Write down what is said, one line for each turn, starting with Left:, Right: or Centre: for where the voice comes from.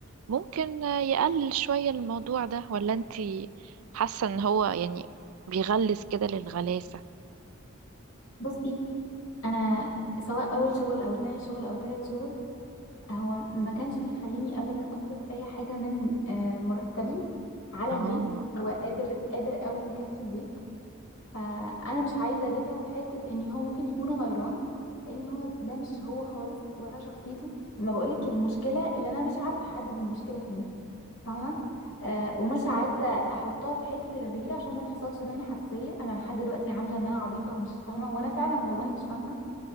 Right: ممكن آه، يقلل شوية الموضوع ده ولا أنتي حاسة إن هو يعني بيغلس كده للغلاسة
Left: بصي انا سواء اول شغل او تاني شغل او تالت شغل هو ما كانش بيخليني ابدا اصرف اي حاجه من آه، مرتبي على
Right: اه
Left: البيت هو اه قادر قادر قوي يكفي البيت فانا مش عايزه اجيبها في حته ان هو ممكن يكون غيران لان هو ده مش هو خالص ولا شخصيته ما بقولك المشكله اللي انا مش عارفه احدد المشكله فين فاهمه آه ومش مم. عايزه احطها في حته الغيره عشان ما تحصلش بينا حساسيه انا لحد دلوقتي عامله ان انا عبيطه ومش فاهمه وانا فعلا والله مش فاهمه